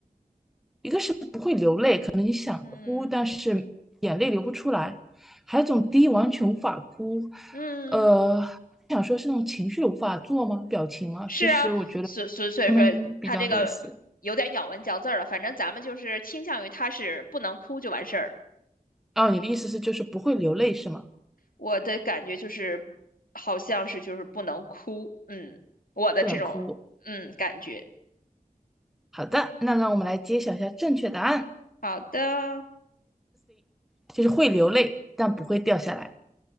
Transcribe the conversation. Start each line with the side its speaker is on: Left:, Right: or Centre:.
Centre: 一个是不会流泪，可能想哭，
Left: 嗯
Centre: 但是眼泪流不出来；还有一种 D 完全无法哭，
Left: 嗯。
Centre: 呃，想说是那种情绪无法做吗？表情吗？
Left: 是啊，
Centre: 其实我觉得
Left: 所所所以说他这个有点咬文嚼字儿了。
Centre: 他们比较类似。
Left: 反正咱们就是倾向于他是不能哭就完事儿。
Centre: 哦，你的意思是就是不会流泪是吗？
Left: 我的感觉就是好像是就是不能哭，嗯，我的这种嗯感觉。
Centre: 不能哭。好的，那让我们来揭晓一下正确答案。
Left: 好的，
Centre: 就是会流泪，但不会掉下来。